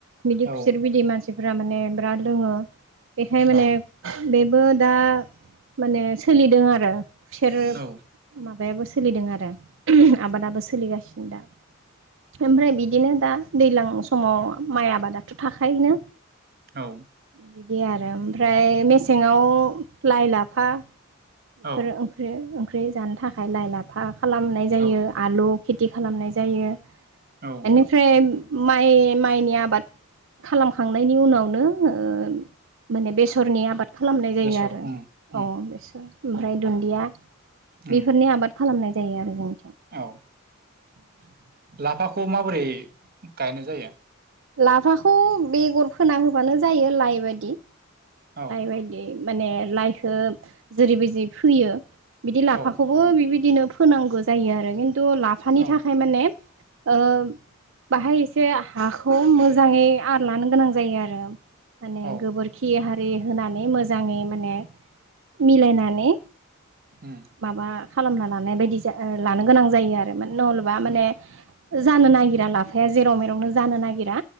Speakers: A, on the right; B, on the right.
A: बिदि
B: औ
A: खुसेर बिदै मानसिफोरा माने बिराद लोङो बेखाय माने
B: औ
A: बेबो दा माने सोलिदों आरो खुसेर
B: औ
A: माबा माबायाबो सोलिदों आरो ओहोम आबादाबो सोलिगासिनो दा ओमफ्राय बिदिनो दा दैज्लां समाव माइ आबादाथ' थाखायोनो
B: औ
A: बिदि आरो ओमफ्राय मेसेंआव लाइ, लाफा बेफोर
B: औ
A: ओंख्रि-ओंख्रि जानो थाखाय लाइ, लाफा खालामनाय जायो
B: औ
A: आलु खेथि खालामनाय जायो।
B: औ
A: एनिफ्राय माइ माइनि आबाद खालामखांनायनि उनावनो ओह माने बेसरनि आबाद खालामनाय जायो
B: बेसर
A: आरो
B: उम
A: अ
B: उम
A: बेसर ओमफ्राय दुन्दिया
B: उम
A: बेफोरनि आबाद खालामनाय जायो आरो जों
B: औ <inaudible> लाफाखौ माबोरै गायनाय जायो?
A: लाफाखौ बेगर फोना होबानो जायो लाइ बादि।
B: औ
A: लाइ बायदि माने लाइखौ जेरैबायदि फोयो। बिदि लाफाखौबो
B: औ
A: बिबायदिनो फोनांगौ जायो आरो किन तु लाफा
B: औ
A: थाखाय माने ओ बाहाय एसे हाखौ मो जाङै आर लानो गोनां जायो आरो माने
B: औ
A: गोबोरखि हारि होनानै मोजाङै माने मिलायनानै
B: उम
A: माबा खालामना लानाय बायदि जा लानो गोनां जायो आरोमोन नहलबा माने
B: उम
A: जानो नागिरा लाफाया जेराव मेरावनो जानो नागिरा।